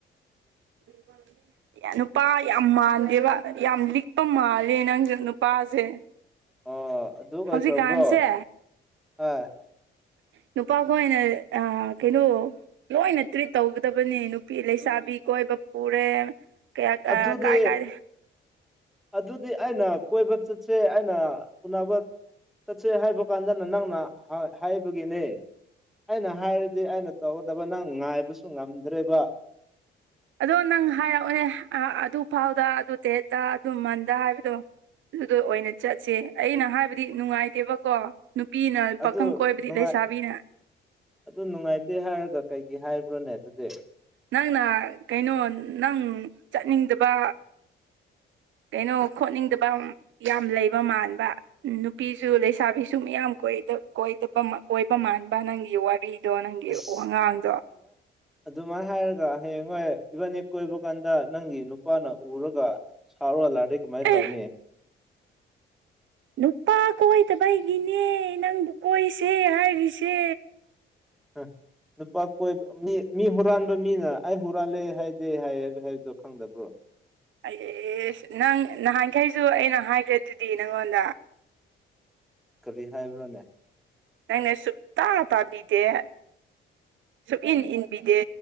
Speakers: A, on the right; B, in the centre.
A: <unintelligible> ꯌꯥ ꯅꯨꯄꯥ ꯌꯥꯝ ꯃꯥꯟꯗꯦꯕ ꯌꯥꯝ ꯂꯤꯛꯄ ꯃꯥꯜꯂꯦ ꯅꯪꯖ‌ꯦ ꯅꯨꯄꯥꯁꯦ
B: ꯑꯣ ꯑꯗꯨ ꯑꯣꯏꯈ꯭ꯔꯕ꯭ꯔꯣ
A: ꯍꯧꯖꯤꯛ ꯀꯥꯟꯁꯦ
B: ꯍꯣꯏ
A: ꯅꯨꯄꯥꯈ‌ꯣꯏꯅ ꯑ ꯀꯩꯅꯣ ꯂꯣꯏꯅ ꯇ꯭ꯔꯤꯠ ꯇꯧꯒꯗꯕꯅꯦ ꯅꯨꯄꯤ ꯂꯩꯁꯥꯕꯤ ꯀꯣꯏꯕ ꯄꯨꯔꯦ ꯀꯌꯥ
B: ꯑꯗꯨꯗꯤ
A: ꯀꯌꯥ ꯀꯥꯏ ꯀꯥꯏ
B: ꯑꯗꯨꯗꯤ ꯑꯩꯅ ꯀꯣꯏꯕ ꯆꯠꯁꯦ ꯑꯩꯅ ꯎꯅꯕ ꯆꯠꯁꯦ ꯍꯥꯏꯕ ꯀꯥꯟꯗꯅ ꯅꯪꯅ ꯍꯥ ꯍꯥꯏꯕꯒꯤꯅꯦ ꯑꯩꯅ ꯍꯥꯏꯔꯗꯤ ꯑꯩꯅ ꯇꯧꯒꯗꯕ ꯅꯪ ꯉꯥꯏꯕꯁꯨ ꯉꯝꯗ꯭ꯔꯦꯕ
A: ꯑꯗꯣ ꯅꯪ ꯍꯥꯏꯔꯛꯎꯅꯦ ꯑꯥ ꯑꯗꯨ ꯐꯥꯎꯗ ꯑꯗꯨ ꯗ‌ꯦꯠꯇ ꯑꯗꯨ ꯃꯟꯗ ꯍꯥꯏꯕꯗꯣ ꯑꯗꯨꯗꯣ ꯑꯣꯏꯅ ꯆꯠꯁꯦ ꯑꯩꯅ ꯍꯥꯏꯕꯗꯤ ꯅꯨꯡꯉꯥꯏꯇꯦꯕꯀꯣ ꯅꯨꯄꯤꯅ
B: ꯑꯗꯨ
A: ꯄꯥꯈꯪ ꯀꯣꯏꯕꯗꯤ
B: ꯅꯨꯡꯉꯥꯏ
A: ꯂꯩꯁꯥꯕꯤꯅ
B: ꯑꯗꯨ ꯅꯨꯡꯉꯥꯏꯇꯦ ꯍꯥꯏꯔꯒ ꯀꯩꯒꯤ ꯍꯥꯏꯕ꯭ꯔꯣꯅꯦ ꯑꯗꯨꯗꯤ
A: ꯅꯪꯅ ꯀꯩꯅꯣ ꯅꯪ ꯆꯠꯅꯤꯡꯗꯕ ꯀꯩꯅꯣ ꯈꯣꯠꯅꯤꯡꯗꯕ ꯌꯥꯝ ꯂꯩꯕ ꯃꯥꯟꯕ ꯅꯨꯄꯤꯁꯨ ꯂꯩꯁꯥꯕꯤꯁꯨ ꯃꯌꯥꯝ ꯀꯣꯏꯗ ꯀ‌ꯣꯏꯗꯕ ꯀ‌ꯣꯏꯕ ꯃꯥꯟꯕ ꯅꯪꯒꯤ ꯋꯥꯔꯤ ꯗꯣ ꯅꯪꯒꯤ
B: ꯑꯁ
A: ꯋꯥꯉꯥꯡꯗꯣ
B: ꯑꯗꯨꯃꯥꯏ ꯍꯥꯏꯔꯒ ꯍꯌꯦꯡ ꯍꯣꯏ ꯏꯚꯥꯅꯤ ꯀꯣꯏꯕ ꯀꯥꯟꯗ ꯅꯪꯒꯤ ꯅꯨꯄꯥꯅ ꯎꯔꯒ ꯁꯥꯎꯔ ꯍꯜꯂꯛꯑꯗꯤ ꯀꯃꯥꯏ
A: ꯑꯦ
B: ꯇꯧꯅꯤ
A: ꯅꯨꯄꯥ ꯀꯣꯏꯗꯕꯩꯒꯤꯅꯦ ꯅꯪꯕꯨ ꯀꯣꯏꯁꯦ ꯍꯥꯏꯔꯤꯁꯦ
B: ꯎ ꯂꯨꯄꯥ ꯀꯣꯏꯕ ꯃꯤ ꯃꯤ ꯍꯨꯔꯥꯟꯕ ꯃꯤꯅ ꯑꯩ ꯍꯨꯔꯥꯜꯂꯦ ꯍꯥꯏꯗꯦ ꯍꯥꯏ ꯍꯥꯏꯗꯣ ꯈꯪꯗꯕ꯭ꯔꯣ
A: ꯑꯦꯁ ꯅꯪ ꯅꯍꯥꯟꯈꯩꯁꯨ ꯑꯩꯅ ꯍꯥꯏꯈ꯭ꯔꯦ ꯑꯗꯨꯗꯤ ꯅꯪꯉꯣꯟꯗ
B: ꯀꯔꯤ ꯍꯥꯏꯕ꯭ꯔꯣꯅꯦ
A: ꯅꯪꯅ ꯁꯨꯇꯥ ꯇꯥꯕꯤꯗꯦ ꯁꯨꯛ ꯏꯟ ꯏꯟꯕꯤꯗꯦ